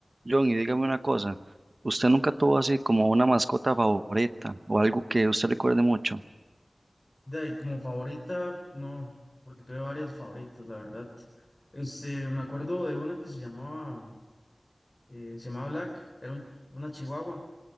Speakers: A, on the right; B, on the left.
A: John, y dígame una cosa, ¿usted nunca tuvo así como una mascota favorita o algo que usted recuerde mucho?
B: De ahí, como favorita, no, porque tuve varias favoritas, la verdad. Este, me acuerdo de una que se llamaba, eh, se llamaba Black, era un- una chihuahua.